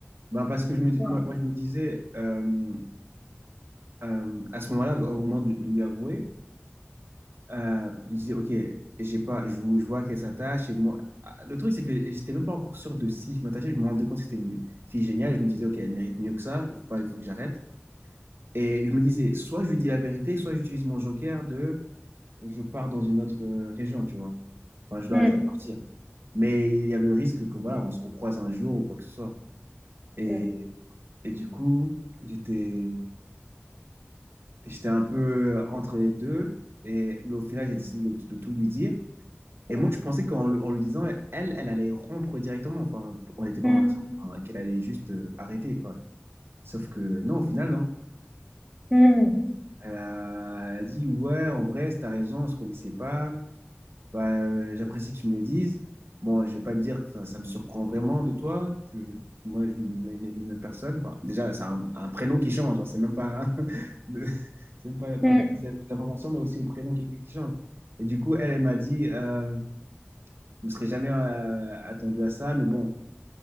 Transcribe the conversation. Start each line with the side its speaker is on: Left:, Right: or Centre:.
Right: Bah, parce que je me, dis-
Centre: ouais.
Right: moi, moi, je me disais, euh, euh, à ce moment-là, au moment de, de lui avouer, euh, je me disais, OK, j'ai pas, je, vous- je vois qu'elle s'attache. Et moi, ah, le truc, c'est que j'étais même pas encore sûr de si je m'attachais. Je me rendais compte que c'était une fille géniale. Je me disais, OK, elle mérite mieux que ça. Il faut pas, il faut que j'arrête. Et je me disais, soit je lui dis la vérité, soit j'utilise mon joker de je pars dans une autre euh, région, tu vois. Enfin, je dois,
Centre: Mm,
Right: je dois partir. Mais il y avait le risque que, voilà, on se recroise un jour ou quoi que ce soit. Et,
Centre: mm,
Right: et du coup, j'étais, j'étais un peu entre les deux. Et, mais au final, j'ai décidé de, de tout lui dire. Et
Centre: mm,
Right: moi, je pensais qu'en le- en lui disant, elle, elle allait rompre directement. Enfin, on n'était pas
Centre: mm,
Right: en relation, mais enfin, qu'elle allait juste euh, arrêter. quoi. Sauf que non, au final, non.
Centre: mm,
Right: Elle a dit, ouais, en vrai, t'as raison, on se connaissait pas. Bah, euh, j'apprécie que tu me le dises. Bon, je vais pas te dire que ça, ça me surprend vraiment de toi. Je- je- moi, je m'imaginais une autre personne. Enfin, déjà, c'est un, un prénom qui change. hein. C'est même pas, <laughs> de- c'est même pas, enfin,
Centre: mm,
Right: c'est l'information, mais aussi le prénom qui, qui change. Et du coup, elle, elle m'a dit, euh, je ne serais jamais euh, attendu à ça, mais bon,